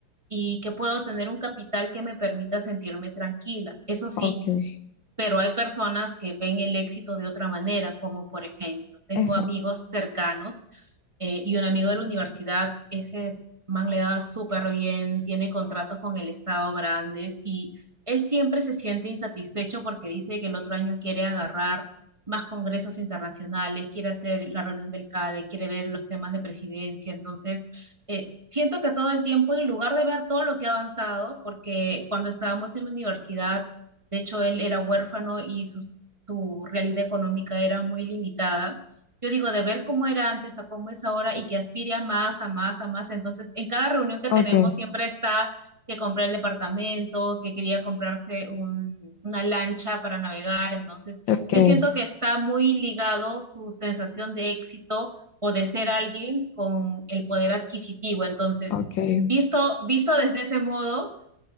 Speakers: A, on the right (about 20°); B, on the left (about 75°).
A: y que puedo tener un capital que me permita sentirme tranquila. Eso sí,
B: okay,
A: pero hay personas que ven el éxito de otra manera, como por ejemplo, tengo
B: esa,
A: amigos cercanos eh, y un amigo de la universidad, ese man le da súper bien, tiene contratos con el Estado grandes y él siempre se siente insatisfecho porque dice que el otro año quiere agarrar más congresos internacionales, quiere hacer la reunión del CADE, quiere ver los temas de presidencia, entonces... eh, Siento que todo el tiempo, en lugar de ver todo lo que ha avanzado, porque cuando estábamos en la universidad de hecho, él era huérfano y su, su realidad económica era muy limitada. Yo digo, de ver cómo era antes a cómo es ahora y que aspire a más, a más, a más. Entonces, en cada reunión que
B: okay,
A: tenemos siempre está que comprar el departamento, que quería comprarse un- una lancha para navegar. Entonces,
B: okay,
A: yo siento que está muy ligado su sensación de éxito o de ser alguien con el poder adquisitivo. Entonces,
B: okay,
A: visto, visto desde ese modo